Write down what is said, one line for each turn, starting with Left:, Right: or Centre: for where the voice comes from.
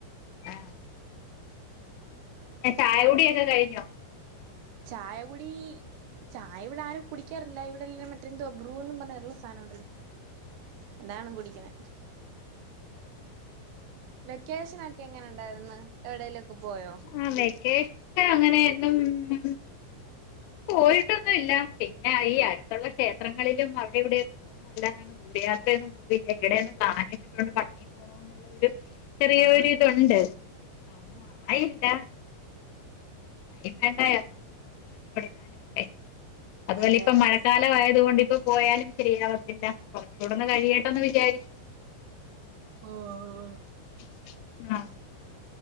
Left: ആഹ പിന്നെ ചായകുടിയൊക്കെ കഴിഞ്ഞോ?
Right: ചായ കുടി ചായവടെ ആരും കുടിക്കാറില്ല ഇവിടെ എല്ല മറ്റെന്തോ ബ്രുന്നും പറഞ്ഞുള്ള <unintelligible> സാനണ്ടല്ലോ അതാണ് കുടിക്ക്‌ണെ വെക്കേഷനൊക്കെ എങ്ങനെ ഉണ്ടായിര്ന്ന് എവിടേലൊക്കെ പോയോ
Left: ആ വെക്കേഷനങ്ങനെ ഉം ഉം പോയിട്ടൊന്നുല്ല പിന്നെ ഈ അടുത്തുള്ള ക്ഷേത്രങ്ങളിലും അവിടെ ഇവിടെയൊക്കെ <unintelligible> ചെറിയൊരുതുണ്ട്
Right: ആഹാ
Left: ഒന്നും ആയില്ല അ വേണ്ടായ നമ്മക്ക് പോകാനും എടുക്കാനൊക്കെ അതുപോലെ
Right: അതെ
Left: ഇപ്പൊ
Right: അതെ
Left: മഴക്കാലം ആയത് കൊണ്ട് ഇപ്പ പോയാലും ശരിയാവത്തില്ല കൊർച്ചൂടൊന്ന് കഴിയട്ടെന്ന് വിചാരിച്ചു
Right: ഓ ഓ
Left: <unintelligible>